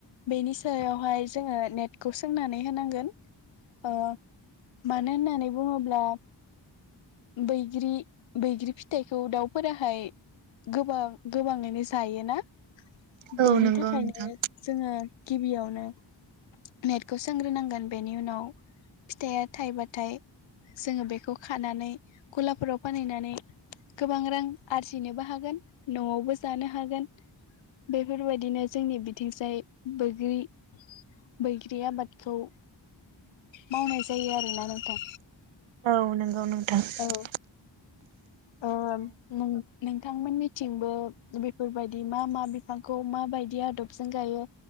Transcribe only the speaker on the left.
बेनि सायावहाय जोङो नेटखौ सोंनानै होनांगोन अ मानो होननानै बुङोब्ला बैग्रि बैग्रि फिथाइखौ दाउफोराहाय गोबां गोबाङैनो जायोना?
बेनि
थाखायनो
जोङो गिबियावनो नेटखौ सोंग्रोनांगोन बेनि उनाव फिथाइया थाइबाथाय जोङो बेखौ खानानै गलाफोराव फानहैनानै गोबां रां आरजिनोबो हागोन न'आवबो जानो हागोन बेफोरबायदिनो जोंनि बिथिंजाय बैग्रि बैग्रि आबादखौ मावनाय जायो आरोना नोंथां।
औ ओ नों <unintelligible> नोंथांमोननिथिंबो बेफोरबायदि मा मा बिफांखौ माबायदि आदबजों गायो